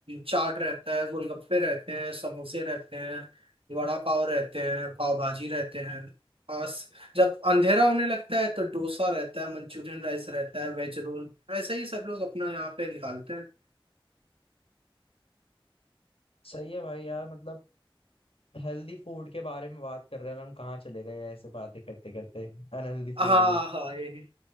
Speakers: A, on the right; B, on the left.
A: चाट रहता है गोलगप्पे रहते हैं समोसे रहते हैं वड़ा पाव रहते हैं पाव भाजी रहते हैं और स- जब अंधेरा होने लगता है तो डोसा रहता है मंचूरियन राइस रहता है वेज रोल ऐसे ही सब लोग अपना यहाँ पे निकालते हैं
B: सही है भाई यार मतलब हेल्दी फूड के बारे में बात कर रहे हैं और हम कहाँ चले गए ऐसे बातें करते करते अनहेल्दी फूड
A: हाँ
B: में
A: हाँ ये